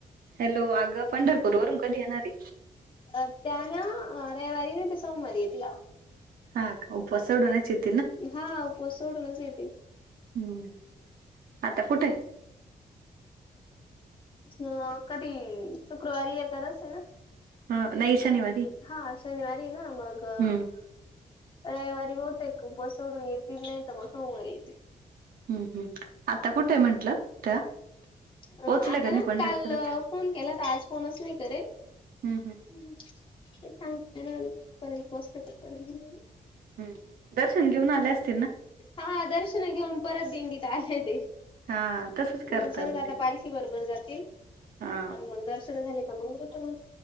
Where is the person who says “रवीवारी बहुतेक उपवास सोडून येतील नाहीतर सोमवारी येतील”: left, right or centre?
Left